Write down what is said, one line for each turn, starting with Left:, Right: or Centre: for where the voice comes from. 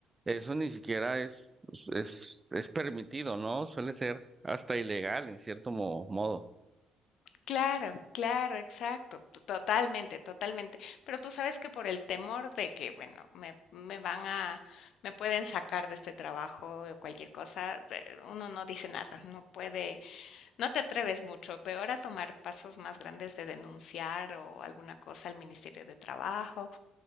Right: eso ni siquiera es es es permitido, ¿no? Suele ser hasta ilegal en cierto mo- modo.
Left: Claro, claro, exacto, to totalmente, totalmente. Pero tú sabes que por el temor de que, bueno, me me van a me pueden sacar de este trabajo o cualquier cosa, de uno no dice nada, no puede, no te atreves mucho, peor a tomar pasos más grandes de denunciar o alguna cosa al Ministerio de Trabajo,